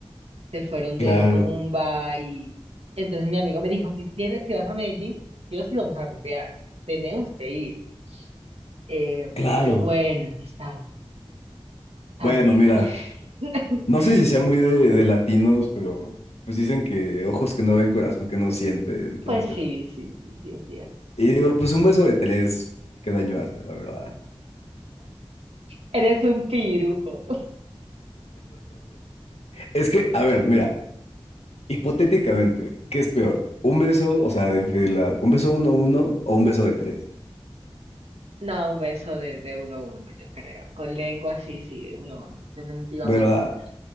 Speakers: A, on the right; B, on the left.
A: Se fueron
B: claro,
A: de rumba y entonces mi amigo me dijo, si tienes, si vas a Medellín, yo sí vamos a rumbear, tenemos que ir. Eh,
B: claro.
A: y yo, bueno, está bien, está
B: Bueno,
A: bien.
B: mira.
A: <laughs>
B: No sé si sea muy de, de latinos, pero pues dicen que ojos que no ven, corazón que no siente, entonces.
A: Pues sí, sí, sí, sí, es cierto.
B: Y digo, pues un beso de tres, qué daño hace, la verdad.
A: Eres un pirujo.
B: Es que, a ver, mira, hipotéticamente, ¿qué es peor? ¿Un beso, o sea, de infidelidad? ¿Un beso uno uno o un beso de tres?
A: No, un beso de, de uno a uno, yo creo. Con lengua, sí, sí, de uno a uno, definitivamente.
B: ¿Verdad?